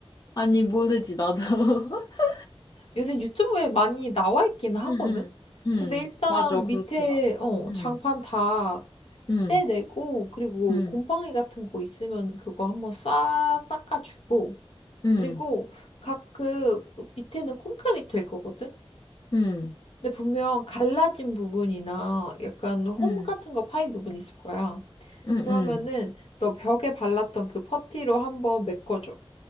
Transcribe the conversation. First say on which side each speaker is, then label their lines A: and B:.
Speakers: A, on the left; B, on the left.
A: 아니, 모르지, 나도. <laughs>
B: 요새 유튜브에 많이 나와 있긴 하거든?
A: 응, 응, 응.
B: 근데 일단
A: 맞아, 그렇더라.
B: 밑에, 어,
A: 응,
B: 장판 다
A: 응,
B: 떼내고, 그리고
A: 응,
B: 곰팡이 같은 거 있으면 그거 한번 싹 닦아주고,
A: 응,
B: 그리고 각 그 밑에는 콘크리트일 거거든?
A: 응,
B: 근데 분명 갈라진 부분이나 약간 홈
A: 응,
B: 같은 거 파인 부분 있을 거야.
A: 응,
B: 그러면은
A: 응.
B: 너 벽에 발랐던 그 퍼티로 한번 메꿔줘.